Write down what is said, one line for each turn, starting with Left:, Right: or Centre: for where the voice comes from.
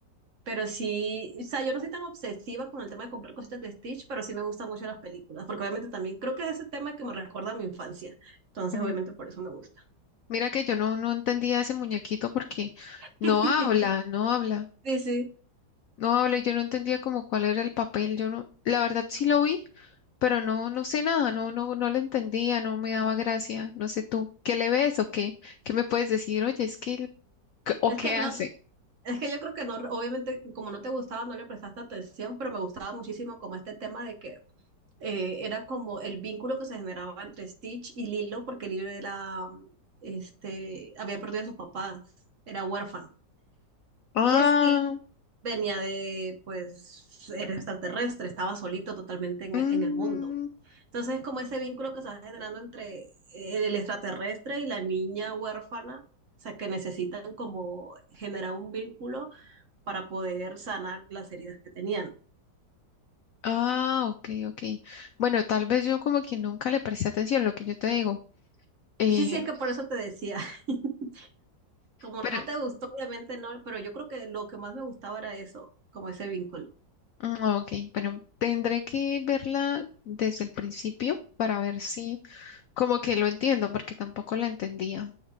Right: Pero sí, o sea, yo no soy tan obsesiva con el tema de comprar cositas de Stitch, pero sí me gustan mucho las películas, porque obviamente también creo que es ese tema que me recuerda a mi infancia. Entonces,
Left: Mm,
Right: obviamente por eso me gusta.
Left: Mira que yo no, no entendía ese muñequito porque no
Right: <laughs>
Left: habla, no habla,
Right: Sí, sí.
Left: no habla y yo no entendía como cuál era el papel. Yo no, la verdad sí lo vi, pero no, no sé nada, no, no, no le entendía, no me daba gracia. No sé tú, ¿qué le ves o qué? ¿Qué me puedes decir? Oye, es que, el- ¿qué- o
Right: Es
Left: qué
Right: que no,
Left: hace?
Right: Es que yo creo que no, obviamente, como no te gustaba, no le prestaste atención, pero me gustaba muchísimo como este tema de que eh, era como el vínculo que se generaba entre Stitch y Lilo, porque Lilo era, este, había perdido a sus papás, era huérfano.
Left: Ah,
Right: Y Stitch venía de, pues, era extraterrestre, estaba solito totalmente en
Left: mm,
Right: el, en el mundo. Entonces, como ese vínculo que se va generando entre el extraterrestre y la niña huérfana, o sea, que necesitan como generar un vínculo para poder sanar las heridas que tenían.
Left: Ah, ok, ok. Bueno, tal vez yo como que nunca le presté atención a lo que yo te digo. Eh,
Right: Sí, sí, es que por eso te decía, <laughs> como
Left: pero,
Right: no te gustó, obviamente no, pero yo creo que lo que más me gustaba era eso, como ese vínculo.
Left: mm, ok, bueno, tendré que verla desde el principio para ver si como que lo entiendo, porque tampoco la entendía.